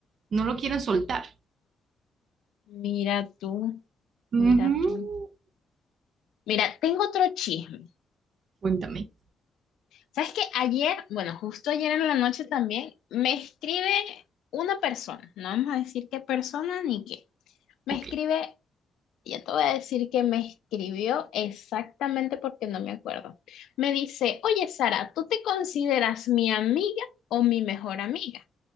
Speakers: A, on the right; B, on the left.
A: no lo quieren soltar.
B: Mira tú,
A: Ujú,
B: mira tú. Mira, tengo otro chisme.
A: Cuéntame.
B: ¿Sabes qué? Ayer, bueno, justo ayer en la noche también, me escribe una persona, no vamos a decir qué persona ni qué. Me
A: Ok.
B: escribe, ya te voy a decir que me escribió exactamente porque no me acuerdo. Me dice, oye Sara, ¿tú te consideras mi amiga o mi mejor amiga?